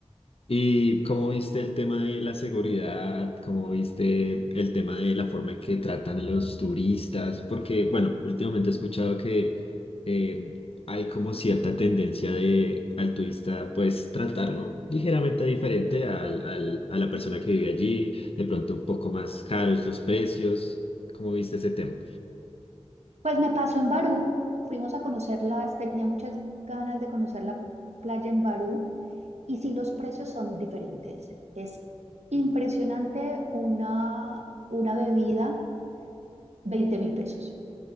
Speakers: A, on the left (about 60°); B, on the right (about 80°).
A: ¿Y cómo viste el tema de la seguridad? ¿Cómo viste el tema de la forma en que tratan a los turistas? Porque, bueno, últimamente he escuchado que eh, hay como cierta tendencia de al turista, pues, tratarlo ligeramente diferente al, al- a la persona que vive allí, de pronto un poco más caros los precios. ¿Cómo viste ese tema?
B: Pues me pasó en Barú, fuimos a conocerlas, tenía muchas ganas de conocer la playa en Barú y sí los precios son diferentes. Es impresionante una, una bebida, veinte mil pesos.